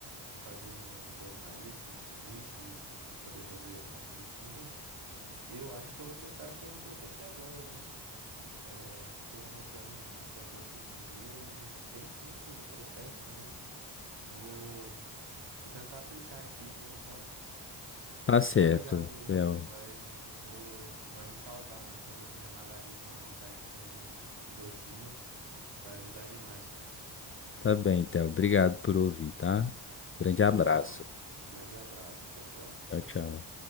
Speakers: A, on the right (about 55°); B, on the left (about 30°).
A: fazer no, no banho-maria, que nem você disse, e, e poder fazer as trufinhas. Eu acho que eu vou testar essa receita aqui agora, viu? É, fui anotando enquanto você dizia, e bem simples o processo também. Vou, vou tentar aplicar aqui, viu? Então.
B: Tá certo,
A: Muito obrigado aí.
B: Theo.
A: Vai, vou, vai me salvar na, quando eu tiver na larica, na vontade de comer um, um docinho. Vai ajudar demais, pô.
B: Tá bem, Theo. Obrigado por ouvir, tá? Grande
A: Obrigadão.
B: abraço.
A: Grande abraço. Tchau, tchau.
B: Tchau, tchau.